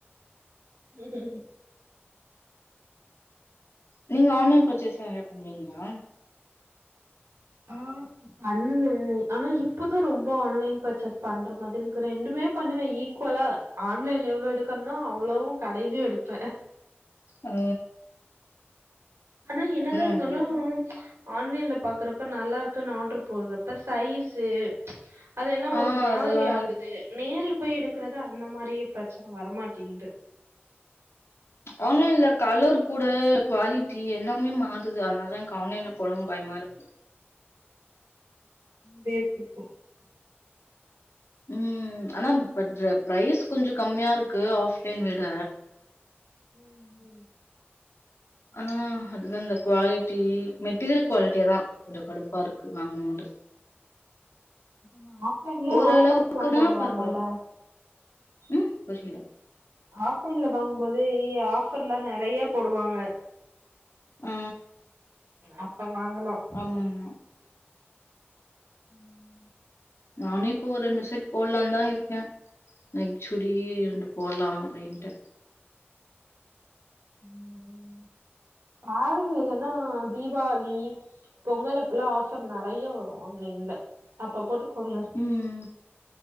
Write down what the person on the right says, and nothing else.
உம் உம்
ஆ பண்ணுவ ஆனா இப்பதா ரொம்ப ஆன்லைன் பர்ச்சஸ் பண்ற மாதிருக்கு ரெண்டுமே பண்ணுவ ஈக்வலா ஆன்லைன்ல எவ்ளோ எடுக்கர்னோ அவ்ளோவு கடைல்யு எடுப்ப
ஹனல் என்னதா இர்ந்தாலு
ஆன்லைன்ல பாக்குறப்ப நல்லார்க்குன் ஆட்ரு போட்றப்ப சைஸு அது எல்லா
ஒரு மாதுரி
ஆகுது நேர்ல போய் எடுக் க்குறது அந்த மாரி ப்ரச்சன வரமாட்டிங்து
தேர்க் இப்போ
ம் ம்
நம்ம ஆஃப்லைன்லே
ஆஃபர்ஸ்லா போடுவாங்கல்ல
ஆஃப்லைன்ல வாங்கும்போதே இ ஆஃபர்ல்லா நெறைய போடுவாங்க
அப்ப வாங்கலா
ம்
ம் ம் பாருங்க இல்லன்னா தீபாளி பொங்கல் அப்பல்லா ஆஃபர் நறைய வரு ஆன்லைன்ல அப்ப போட்டுகோங்க